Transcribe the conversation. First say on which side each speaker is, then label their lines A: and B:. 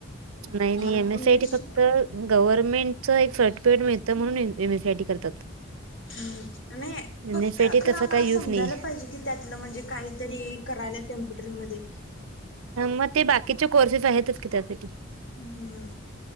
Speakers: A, on the right; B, on the left.
A: नाही
B: आम्हाला
A: नाही एमएस-सीआयटी
B: पण नीट शिक
A: फक्त गव्हर्नमेंटच एक सर्टिफिकेट मिळतं म्हणून एमएस-आयटी करतात
B: हम् न‌ईए.
A: एम
B: फक्त
A: एस सी आय
B: अखरा
A: टी तसा
B: मला
A: काही यूज
B: समजायला
A: नाही
B: पाहिजे की त्यातलं म्हणजे काहीतरी करायल्यात कॅम्प्युटरमध्ये
A: म ते बाकीचे कोर्सेस आहेतच की त्यासाठी
B: हम्.